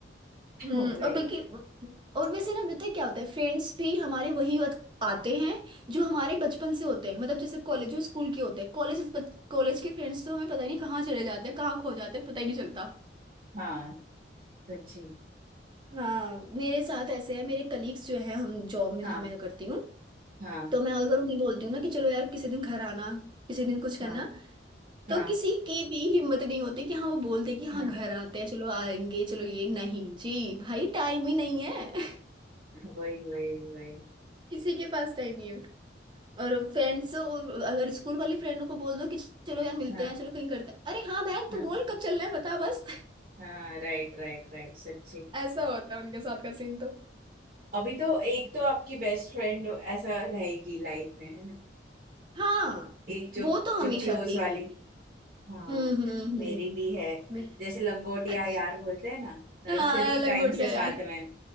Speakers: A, on the right; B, on the right.
A: <laughs>
B: हम्म
A: वही
B: और बल्कि और वैसे ना पता है क्या होता है फ्रेंड्स भी हमारे वही आत- आते हैं जो हमारे बचपन से होते हैं मतलब जैसे कॉलेज जो स्कूल के होते हैं कॉलेज कॉलेज के फ्रेंड्स तो हमें पता ही नहीं कहाँ चले जाते हैं कहाँ खो जाते हैं पता ही नहीं चलता
A: हाँ सच्ची
B: हाँ मेरे साथ ऐसे है मेरे कलीग्स जो है हम जॉब में
A: हाँ
B: जहाँ मैं करती हूँ
A: हाँ
B: तो मैं अगर उन्हें बोलती हूँ ना कि चलो यार किसी दिन घर आना किसी दिन कुछ करना
A: हाँ हाँ
B: तो किसी की भी हिम्मत नहीं होती कि हाँ वो बोलते कि
A: हाँ
B: हाँ घर आते हैं चलो आएंगे चलो ये नहीं जी भाई टाइम ही नहीं है <laughs>
A: वही वही वही
B: किसी के पास टाइम नहीं है और फ्रेंड्स अगर स्कूल वाली फ्रेंडों को बोल दो कि चलो यार मिलते
A: हाँ
B: हैं चलो कहीं करते हैं अरे हाँ बहन
A: हाँ
B: तू बोल कब चलना है बता बस <laughs>
A: हाँ राइट राइट राइट सच्ची
B: ऐसा होता है उनके साथ का सीन तो
A: अभी तो एक तो आपकी बेस्ट फ्रेंड ऐसा रहेगी लाइफ में है ना
B: हाँ
A: एक जो
B: वो तो
A: जो
B: हमेशा
A: क्लोज
B: रहेगी
A: वाली हाँ
B: हम्म हम्म
A: मेरी
B: हम्म
A: भी है
B: मैं-
A: जैसे लंगोटिया
B: अच्छा
A: यार बोलते हैं ना नर्सरी
B: हाँ लंगोटिया
A: टाइम से साथ
B: यार
A: में